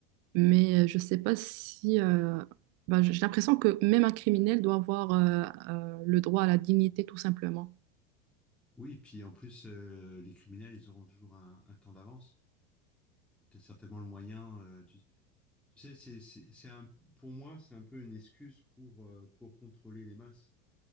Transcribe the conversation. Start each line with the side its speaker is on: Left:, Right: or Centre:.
Right: Mais euh, je ne sais pas si... euh, bah, j'ai l'impression que même un criminel doit avoir euh, euh, le droit à la dignité, tout simplement.
Centre: Oui, puis en plus, euh, les criminels, ils auront toujours un, un temps d'avance. Donc, T'as certainement le moyen. euh, tu, tu sais, c'est, c'est, c'est un, pour moi, c'est un peu une excuse pour, euh, pour contrôler les masses.